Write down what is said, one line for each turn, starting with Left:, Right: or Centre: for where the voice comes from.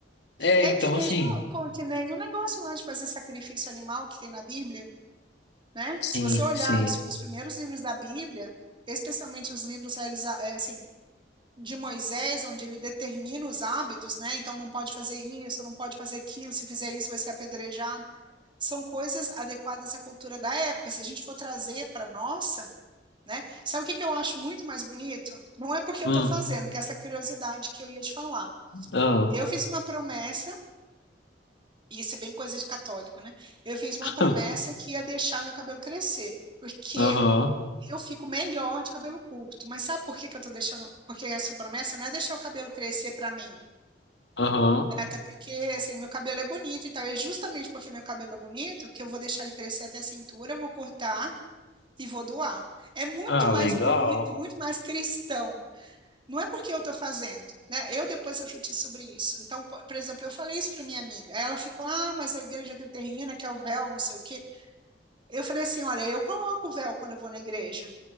Left: É,
Right: É
Left: então
Right: que nem
Left: assim,
Right: o, com- que nem o negócio lá de fazer sacrifício animal que tem na Bíblia. né?
Left: sim,
Right: Se você olhar
Left: sim.
Right: os, os primeiros livros da Bíblia, especialmente os livros realiza- é, assim, de Moisés, onde ele determina os hábitos, né? Então não pode fazer isso, não pode fazer aquilo, se fizer isso vai ser apedrejado. São coisas adequadas à cultura da época. Se a gente for trazer para nossa, né? Sabe o que que eu acho muito mais bonito? Não é porque eu
Left: Hum,
Right: estou fazendo, que é essa curiosidade que eu ia te falar.
Left: ah,
Right: Eu fiz uma promessa, e isso é bem coisa de católico, né? Eu fiz uma
Left: <laughs>
Right: promessa que ia deixar meu cabelo crescer, porque
Left: aham,
Right: Eu fico melhor de cabelo curto, mas sabe por que que eu tô deixando? Porque essa promessa não é deixar o cabelo crescer pra mim,
Left: aham.
Right: né? Até porque, assim, meu cabelo é bonito e tal. é justamente porque meu cabelo é bonito, que eu vou deixar ele crescer até a cintura, vou cortar e vou doar. É muito
Left: Ah,
Right: mais
Left: legal.
Right: bonito e muito mais cristão. Não é porque eu tô fazendo, né? Eu depois refleti sobre isso. Então, po- por exemplo, eu falei isso pra minha amiga. Aí Ela ficou, ah, mas a igreja determina que é o véu, não sei o quê. Eu falei assim, olha, eu coloco o véu quando eu vou na igreja.